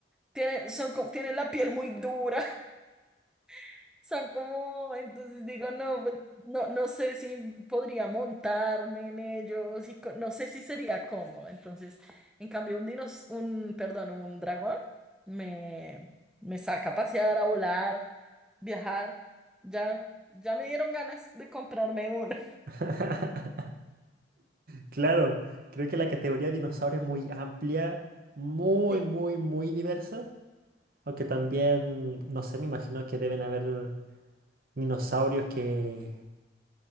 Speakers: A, in the centre; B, on the right (about 50°).
A: tiene, son, co- tienen la piel muy dura, <laughs> son como, entonces digo, no, pues, no, no sé si podría montarme en ellos y co- no sé si sería cómodo, entonces, en cambio un dinos, un, perdón, un dragón me, me saca a pasear, a volar, viajar, ya, ya me dieron ganas de comprarme uno.
B: <laughs> Claro, creo que la categoría dinosaurio es muy amplia, muy,
A: <laughs>
B: muy, muy diversa. Aunque también, no sé, me imagino que deben haber dinosaurios que